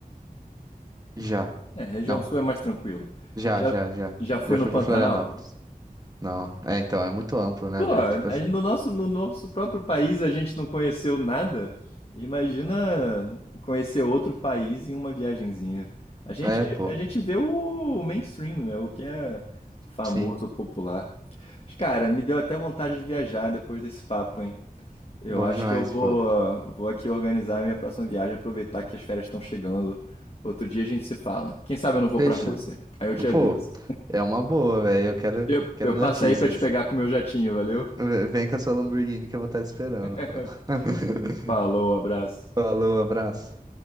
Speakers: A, on the right (about 25°); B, on the left (about 40°).
A: já.
B: É, região
A: Não,
B: sul é mais tranquilo.
A: já,
B: Já,
A: já, já.
B: já foi
A: Já fui
B: no Pantanal?
A: pra Florianópolis. Não, é, então, é muito amplo, né,
B: Pô,
A: velho? Tipo
B: aí
A: assim.
B: no nosso, no nosso próprio país a gente não conheceu nada. Imagina conhecer outro país em uma viagenzinha. A gente,
A: É, pô.
B: a gente vê o, o mainstream, né? O que é famoso,
A: Sim,
B: popular. Mas, Cara, me deu até vontade de viajar depois desse papo, hein? Eu
A: bom
B: acho
A: demais,
B: que eu vou,
A: pô.
B: vou aqui organizar a minha próxima viagem, aproveitar que as férias estão chegando. Outro dia a gente se fala. Quem sabe eu não vou
A: Fecha.
B: pra Rússia. Aí eu te aviso.
A: Pô, é uma boa, velho. Eu quero,
B: Eu,
A: quero
B: eu passo
A: notícias.
B: aí pra te pegar com o meu jatinho, valeu?
A: V- Vem com a sua Lamborghini que eu vou estar esperando,
B: <laughs>
A: pô. <laughs>
B: Falou, abraço.
A: Falou, abraço.